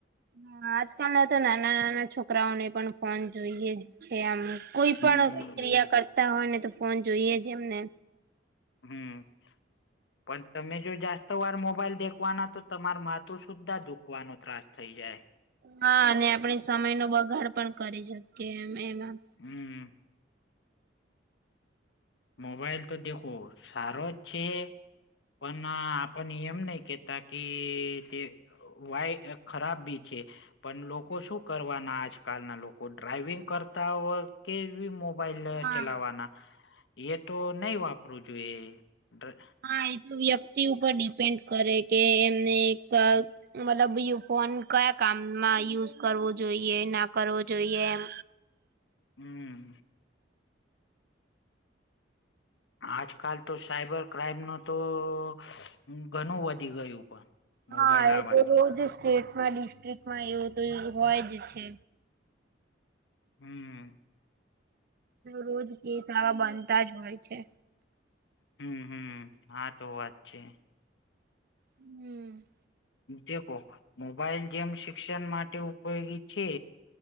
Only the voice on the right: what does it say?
હા આજકાલના તો નાના નાના છોકરાઓને પણ ફોન જોઈએ જ છે આમ. કોઈ
પણ ક્રિયા કરતા હોય ને તો ફોન જોઈએ જ એમને.
હા અને આપણે સમય નો બગાડ પણ કરી શકીએ એમ એમાં
હા
હા એ તો વ્યક્તિ ઉપર ડડીપેન્ડ કરે કે એમને એક મતલબ ફોન કયા. કામમાં યુઝ કરવો જોઈએ ના કરવો જોઈએ એમ.
હા
એ તો એવુજ જ સ્ટેટ્સ માં ડિસ્ટ્રિકમાં એવું જ હોય જ છે.
રોજ કિષા બનતા જ હોય છે.
હમ